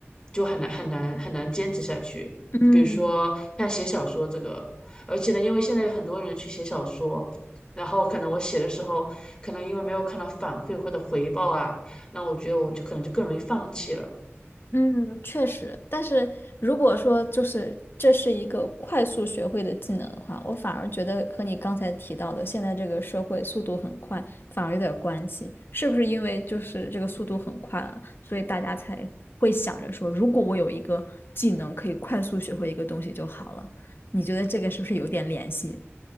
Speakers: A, on the left; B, on the left.
A: 就很难很难很难坚持下去。
B: 嗯，
A: 比如说像写小说这个，而且呢，因为现在有很多人去写小说，然后可能我写的时候，可能因为没有看到反馈或者回报啊，那我觉得我就可能就更容易放弃了。
B: 嗯，确实，但是如果说就是这是一个快速学会的技能的话，我反而觉得和你刚才提到的现在这个社会速度很快，反而有点关系。是不是因为就是这个速度很快了，所以大家才会想着说，如果我有一个技能可以快速学会一个东西就好了？你觉得这个是不是有点联系？